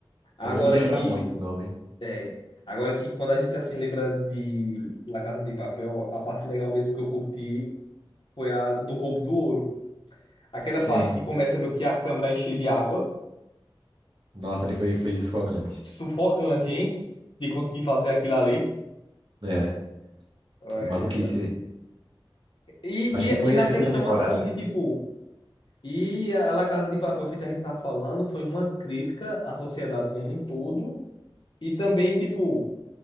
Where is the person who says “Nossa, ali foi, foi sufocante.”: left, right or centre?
Right